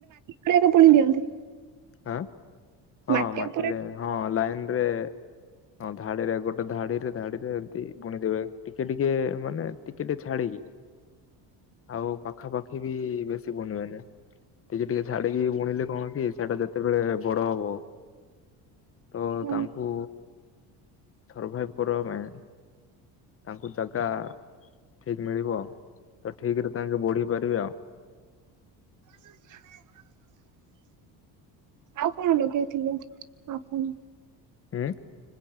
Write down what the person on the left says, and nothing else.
ହାଁ, ହଁ!
ମାଟିରେ
ହଁ, ଲାଇନ ରେ ହଁ ଧାଡିରେ, ଗୋଟେ ଧାଡିରେ ଧାଡିରେ। ଏମିତି ବୁଣିଦେବେ। ଟିକେ ଟିକେ, ମାନେ ଟିକେ ଟିକେ ଛାଡିକି ଆଉ, ପାଖାପାଖି ବି ବେଶୀ ବୁଣି ବେନି। ଟିକେ ଟିକେ ଛାଡିକି ବୁଣିଲେ କଣ କି! ସେଇଟା ଯେ କେତେବେଳେ ବଡ ହବ, ତ
ତାଙ୍କୁ ସର୍ଭାଇଭ କରିବା ପାଇଁ, ତାଙ୍କୁ ଜାଗା ଠିକ୍ ମିଳିବ। ତ ଠିକ୍ ରେ ତାଙ୍କେ ବଢି ପାରିବେ ଆଉ।
ହୁଁ।